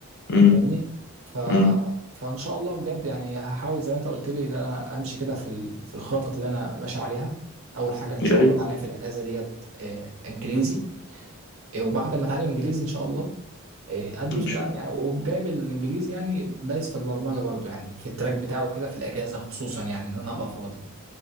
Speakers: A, on the left; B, on the right.
A: امم
B: فاهمني ف...
A: امم
B: فان شاء الله بجد يعني هحاول زي ما انت قلت لي ان انا امشي كده في ال... في الخطط اللي انا ماشي عليها اول حاجه ان
A: يا
B: شاء
A: ريت
B: الله اتعلم في الاجازه ديت آه، انجليزي إيه، وبعد ما اتعلم انجليزي ان شاء الله إيه، ادوس
A: ان
B: بقى
A: شاء الله
B: يعني وجايب الانجليزي يعني دايس في البرمجه برضو يعني في التراك بتاعه كده في الاجازه خصوصا يعني ان انا ابقى فاضي